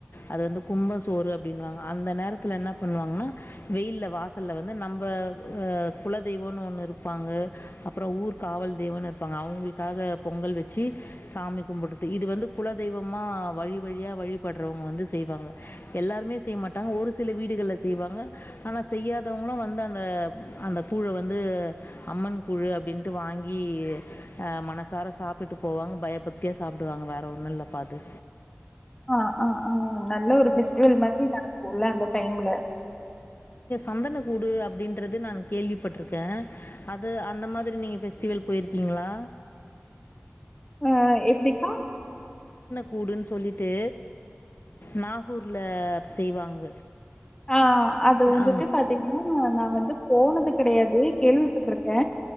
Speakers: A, on the left (about 55°); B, on the left (about 15°).
A: அது வந்து கும்ப சோறு அப்டின்வாங்க அந்த நேரத்ல என்ன பண்ணுவாங்கன்னா வெயில்ல வாச் சல்ல வந்து நம்ப ஆ குலதெய்வோனு ஒண்ணு இருபாங்க அப்றோ ஊர் காவல் தெய்வோனு இருபாங்க அவுங்க்ளுகாக பொங்கல் வச்சு சாமி கும்புட்டுடு இது வந்து குலதெய்வமா வழி வழியா வழிபட்றவங்க வந்து செய்வாங்க எல்லாருமே செய் மாட்டாங்க ஒரு சில வீடுகள்ல செய்வாங்க ஆனா செய்யா தவங்கள்ளா வந்து அந்த அந்த கூழ வந்து அம்மன் கூழு அப்டின்ட்டு வாங்கி அஹ் மனசார சாப்ட்டுட்டு போவாங்க பயபக்தியா சாப்டுவாங்க வேற ஒண்ணு இல்லப்பா அது
B: ஆஹ் ஆஹ் ஆஹ் நல்ல ஒரு ஃபெஸ்டிவல் மாதிரி நடக்குல அந்த டைம்ல
A: சந்தன கூடு அப்டின்றது நானு கேள்விபட்ருக்கே அது அந்த மாதிரி நீங்க ஃபெஸ்டிவல் போய்ருகீங்க்ளா
B: அஹ் எப்டிக்கா
A: கூடுன் சொல்லிட்டு நாகூர்ல செய்வாங்க
B: ஆஹ் அது வந்துட்டு
A: ஆ.
B: பத் தீங்னா நா வந்துப் போனதுக் கெடையாது கேள்விபட்ருக்கே